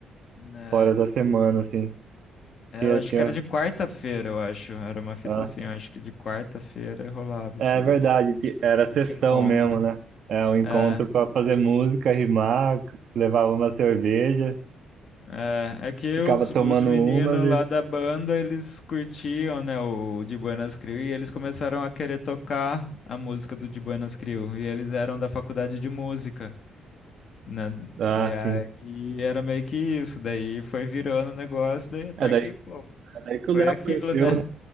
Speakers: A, on the left; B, on the right.
A: É,
B: Fora da semana, assim.
A: é,
B: Tinha,
A: eu acho
B: tinha.
A: que era de quarta-feira, eu acho. Era uma fita
B: Ah.
A: assim, eu acho que de quarta-feira rolava
B: É
A: esse,
B: é verdade, que era sessão
A: esse encontro.
B: mesmo, né? É, um encontro
A: É.
B: pra fazer música, rimar, levar uma cerveja.
A: É, é que
B: Ficava
A: os,
B: tomando
A: os meninos
B: umas e.
A: lá da banda, eles curtiam, né, o De Buenas Crew, e eles começaram a querer tocar a música do De Buenas Crew, e eles eram da faculdade de música, né,
B: Ah,
A: e aí
B: sim.
A: era meio que isso, daí foi virando o negócio, daí até
B: É daí,
A: que, pô,
B: é daí que
A: foi
B: o Léo
A: aquilo,
B: conheceu,
A: né,
B: né?